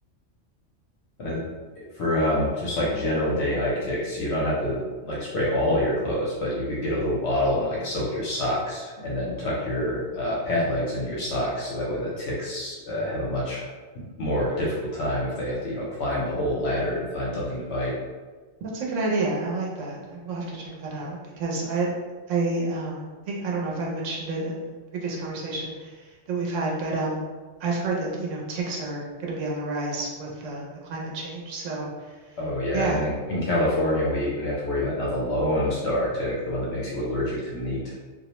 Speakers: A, on the left (about 65°); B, on the right (about 80°).
A: uh, for um just like general day hike ticks you don't have to like spray all of your clothes but you could get a little bottle and like soak your socks and then tuck your uh, pant legs into your socks so that way the ticks uh, have a much more difficult time if they have to you know climb the whole ladder to find something to bite
B: That's a good idea. I like that. I will have to check that out because I I um think I don't know if I've mentioned it in the previous conversation that we've had, but um I've heard that, you know, ticks are going to be on the rise with uh, the climate change. So,
A: oh yeah
B: yeah,
A: and in, in california we have to worry about now the lone star tick the one that makes you allergic to meat